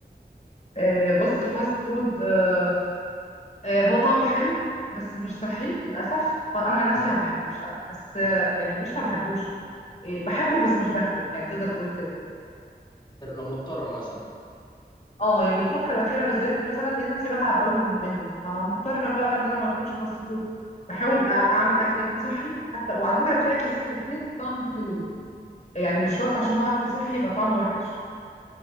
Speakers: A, on the left; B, on the left.
A: آه، بص الفاست فود آه، آه، هو طعمه حلو بس مش صحي للأسف فأنا عن نفسي
B: مم.
A: ما بحبوش لا بس آه، يعني مش ما بحبوش إيه، بحبه بس مش باكله يعني تقدر تقول كده
B: لو مضطرة مثلا
A: اه يعني الفترة الأخيرة بالذات مثلا لقيت نفسي بتعب قوي من- منه فمضطرة بقى إن أنا ما أكلش فاست فود بحاول أع- أعمل أكل يكون صحي حتى وعلى فكرة في أكل صحي كتير طعمه حلو يعني مش شرط عشان هو أكل صحي يبقى طعمه وحش